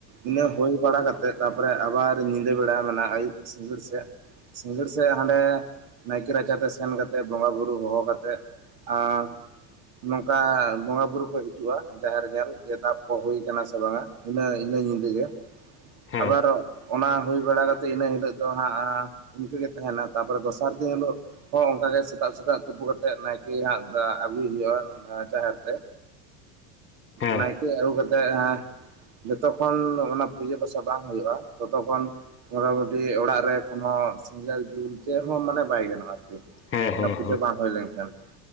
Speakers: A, on the right; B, on the left.
A: ᱤᱱᱟᱹ ᱦᱩᱭ ᱵᱟᱲᱟ ᱠᱟᱛᱮᱫ ᱛᱟᱨᱯᱚᱨᱮ ᱟᱵᱟᱨ ᱧᱤᱫᱟᱹ ᱵᱮᱲᱟ ᱢᱮ ᱟᱹᱩᱵ ᱥᱤᱸᱜᱟᱹᱲ ᱥᱮᱫ। ᱥᱤᱸᱜᱟᱹᱲ ᱥᱮᱫ ᱦᱟᱸᱰᱮ ᱱᱟᱭᱠᱮ ᱨᱟᱪᱟ ᱛᱮ ᱥᱮᱱ ᱠᱟᱛᱮᱫ ᱵᱚᱸᱜᱟ ᱵᱳᱨᱳ ᱦᱚᱦᱚ ᱠᱟᱛᱮᱫ ᱟᱨ ᱱᱚᱝᱠᱟ ᱵᱚᱸᱜᱟ ᱵᱩᱨᱩ ᱠᱚ ᱦᱤᱡᱩᱜᱼᱟ ᱡᱟᱦᱮᱨ ᱧᱮᱞ ᱡᱮ ᱫᱟᱵ ᱠᱚ ᱦᱩᱭ ᱟᱠᱟᱱᱟ ᱥᱮ ᱵᱟᱝᱟ। ᱤᱱᱟᱹ ᱤᱱᱟᱹ ᱧᱤᱫᱟᱹ ᱜᱮ
B: ᱦᱮᱸ
A: ᱟᱵᱟᱨᱚᱜ ᱚᱱᱟ ᱦᱩᱭ ᱵᱟᱲᱟ ᱠᱟᱛᱮᱫ ᱤᱱᱟᱹ ᱦᱤᱞᱳᱜ ᱫᱚ ᱦᱟᱸᱜ ᱤᱱᱠᱟᱹ ᱜᱮ ᱛᱟᱦᱮᱱᱟ ᱛᱟᱨ ᱯᱚᱨᱮ ᱫᱚᱥᱟᱨ ᱫᱤᱱ ᱦᱤᱞᱳᱜ। ᱦᱚᱸ ᱚᱱᱠᱟ ᱜᱮ ᱥᱮᱛᱟᱜ ᱥᱮᱛᱟᱜ ᱛᱩᱯᱩ ᱠᱟᱛᱮᱜ ᱱᱟᱭᱠᱮ ᱦᱟᱸᱜ ᱟᱹᱜᱩᱭ ᱦᱩᱭᱩᱜᱼᱟ ᱡᱟᱦᱮᱨ ᱛᱮ।
B: ᱦᱮᱸ
A: ᱱᱟᱭᱠᱮ ᱟᱹᱜᱩ ᱠᱟᱛᱮᱫ ᱦᱮᱸ। ᱡᱚᱛᱚᱠᱷᱚᱱ ᱚᱱᱟ ᱯᱩᱡᱟᱹ ᱯᱟᱥᱟ ᱵᱟᱝ ᱦᱩᱭᱩᱜᱼᱟ ᱛᱚᱛᱚᱠᱷᱚᱱ ᱢᱚᱴᱟᱢᱩᱴᱤ ᱚᱲᱟᱜ ᱨᱮ ᱠᱚᱱᱚ ᱥᱮᱸᱜᱮᱞ ᱡᱩᱞ ᱪᱮᱫ ᱦᱚᱸ ᱢᱟᱱᱮ ᱵᱟᱭ ᱜᱟᱱᱚᱜᱼᱟ ᱟᱨᱠᱤ।
B: ᱦᱮᱸ ᱦᱮᱸ
A: ᱚᱱᱟ ᱯᱩᱡᱟᱹ
B: ᱦᱮᱸ
A: ᱵᱟᱝ
B: ᱾
A: ᱦᱩᱭ ᱞᱮᱱᱠᱷᱟᱱ ᱾